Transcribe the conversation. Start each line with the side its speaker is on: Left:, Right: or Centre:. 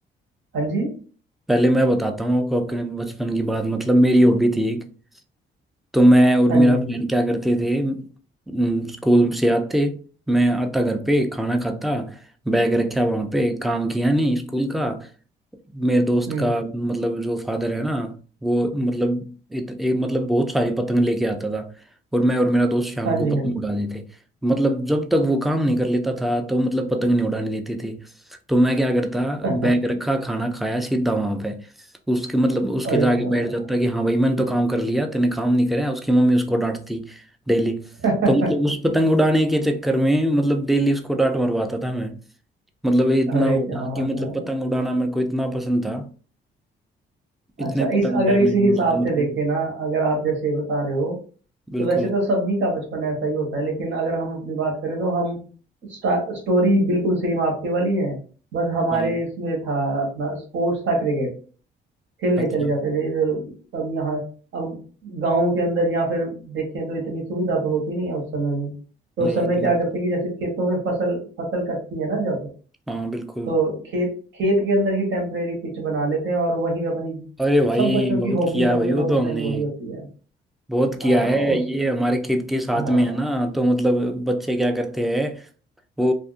Right: हाँ जी
Centre: पहले मैं बताता हूँ आपको अपने बचपन की बात मतलब मेरी हॉबी थी एक तो मैं और
Right: हाँ
Centre: मेरा
Right: जी हाँ
Centre: फ्रेंड
Right: जी
Centre: क्या करते थे उम, स्कूल से आते मैं आता घर पे खाना खाता बैग रखा वहाँ पे काम किया नहीं स्कूल का मेरे दोस्त
Right: हम्म
Centre: का मतलब जो फादर है ना वो मतलब इत, एक मतलब बहुत सारी पतंग लेके आता था और मैं और मेरा दोस्त शाम
Right: हाँ
Centre: को
Right: जी
Centre: पतंग
Right: हाँ जी
Centre: उड़ाते थे मतलब जब तक वो काम नहीं कर लेता था तो मतलब पतंग नहीं उड़ाने देते थे तो मैं क्या करता
Right: <laughs>
Centre: बैग रखा खाना खाया सीधा वहां पे उसके मतलब उसके
Right: अरे
Centre: जाके
Right: क्या बात
Centre: बैठ जाता कि हाँ भाई मैंने तो काम कर लिया तेने काम नहीं करा उसकी मम्मी उसको डांटती डेली
Right: <laughs>
Centre: तो मतलब उस पतंग उड़ाने के चक्कर में मतलब डेली उसको डांट मरवाता था मतलब ये इतना
Right: अरे
Centre: वो
Right: क्या
Centre: था
Right: बात
Centre: कि मतलब
Right: है
Centre: पतंग उड़ाना मेरे को इतना पसंद था
Right: अच्छा
Centre: इतने पतंग
Right: इस
Centre: उड़ाए
Right: अगर इसी
Centre: मैंने
Right: हिसाब
Centre: उसने मतलब
Right: से देखें ना अगर आप जैसे बता रहे हो
Centre: बिल्कुल
Right: तो वैसे तो सभी का बचपन ऐसा ही होता है लेकिन अगर हम अपनी बात करें तो हम स्टा- स्टोरी बिल्कुल सेम आपके वाली है बस हमारे
Centre: हाँ
Right: इसमें था अपना स्पोर्ट्स था क्रिकेट खेलने
Centre: अच्छा
Right: चले जाते थे इधर कभी यहाँ अब गाँव के अंदर या फिर देखें तो इतनी सुविधा तो होती नहीं है उस समय में तो
Centre: नहीं
Right: उस समय
Centre: इतनी
Right: क्या करते कि जैसे खेतों में फसल फसल कटती है ना जब
Centre: हाँ बिल्कुल
Right: तो खेत खेत के अंदर ही टेम्परेरी पिच बना लेते हैं और वहीं पे अपनी
Centre: अरे भाई
Right: सब बच्चों की
Centre: बहुत
Right: हॉबी
Centre: किया
Right: समझ
Centre: है भाई
Right: लो
Centre: वो तो
Right: उस
Centre: हमने
Right: टाइम वही होती है
Centre: बहुत किया
Right: आ,
Centre: है
Right: उस
Centre: ये हमारे खेत के साथ
Right: हाँ
Centre: में है ना तो मतलब बच्चे क्या करते हैं वो